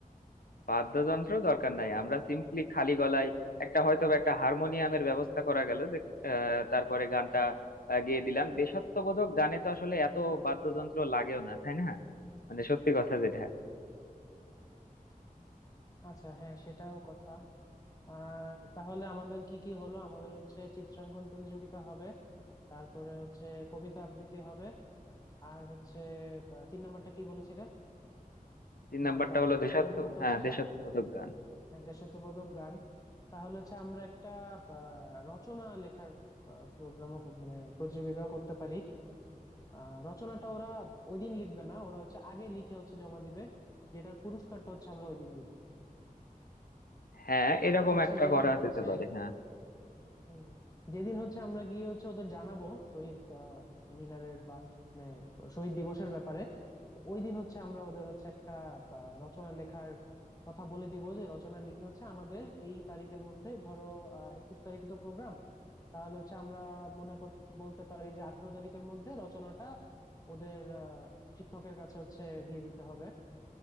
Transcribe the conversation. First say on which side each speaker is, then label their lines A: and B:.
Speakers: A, on the left; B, on the left.
A: বাদ্যযন্ত্র দরকার নাই আমরা সিম্পলি খালি গলায় একটা হয়তো বা একটা হারমোনিয়ামের ব্যবস্থা করা গেল যে আহ, তারপরে গানটা আহ, গেয়ে দিলাম দেশাত্মবোধক গানে তো আসলে এত বাদ্যযন্ত্র লাগেও না তাই না মানে সত্যি কথা যেটা
B: আচ্ছা হ্যাঁ সেটাও কথা আহ তাহলে আমাদের কি কি হলো আমাদের হচ্ছে চিত্রাঙ্কন প্রতিযোগিতা হবে তারপরে হচ্ছে কবিতা আবৃত্তি হবে আর হচ্ছে আহ, তিন নাম্বারটা কি বলেছিলে
A: তিন
B: গান
A: নাম্বারটা
B: গান
A: হলো
B: হ্যাঁ
A: দেশাত্ম
B: তিন নাম্বারটা
A: হ্যাঁ
B: হচ্ছে
A: দেশাত্মবোধক
B: গান
A: গান
B: হ্যাঁ দেশাত্মবোধক গান তাহলে হচ্ছে আমরা একটা আহ, রচনা লেখার প্রোগ্রামও মানে প্রতিযোগিতাও করতে পারি আহ রচনাটা ওরা ওই দিন লিখবে না ওরা হচ্ছে আগে লিখে হচ্ছে জমা দিবে যেটার পুরস্কারটা হচ্ছে আমরা ওই দিন দিব
A: হ্যাঁ এরকম
B: আমরা যে হচ্ছে
A: একটা
B: যেদিন
A: করা
B: হচ্ছে
A: যেতে পারে হ্যাঁ
B: হুম যেদিন হচ্ছে আমরা গিয়ে হচ্ছে ওদের জানাবো শহীদ আহ, মিনারের বা মানে শহীদ দিবসের ব্যাপারে তো ওই দিন হচ্ছে আমরা ওদের হচ্ছে একটা আহ, রচনা লেখার কথা বলে দিব যে রচনা লিখে হচ্ছে আমাদের এই তারিখের মধ্যে ধরো আহ একুশ তারিখে তো প্রোগ্রাম তাহলে হচ্ছে আমরা মনে কর বলতে পারি যে আঠারো তারিখের মধ্যে রচনাটা ওদের আহ, শিক্ষকের কাছে হচ্ছে দিয়ে দিতে হবে